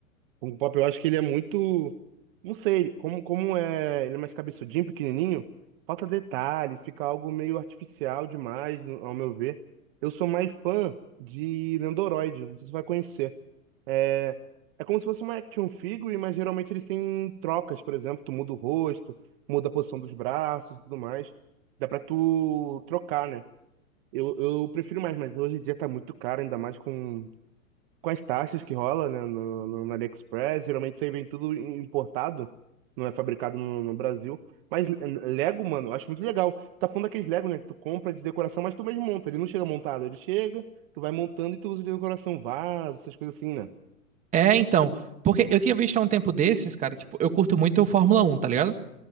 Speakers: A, on the right (about 40°); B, on the right (about 15°).
A: Funko Pop eu acho que ele é muito. Não sei, ele- como, como é. Ele é mais cabeçudinho, pequenininho. Falta detalhe, fica algo meio artificial demais, no- ao meu ver. Eu sou mais fã de Nendoroid, não sei se você vai conhecer. É, é como se fosse uma action figure, mas geralmente eles têm trocas, por exemplo, tu muda o rosto, muda a posição dos braços e tudo mais. Dá pra tu trocar, né? Eu, eu prefiro mais, mas hoje em dia tá muito caro, ainda mais com, com as taxas que rola, né, no, no, no AliExpress. Geralmente isso aí vem tudo importado, não é fabricado no, no Brasil. Mas eh, Lego, mano, eu acho muito legal. Tá falando daqueles Lego, né, que tu compra de decoração, mas tu mesmo monta. Ele não chega montado, ele chega, tu vai montando e tu usa de decoração, vaso, essas coisas assim, né?
B: É, então. Porque eu tinha visto há um tempo desses, cara, tipo, eu curto muito o Fórmula Um tá ligado?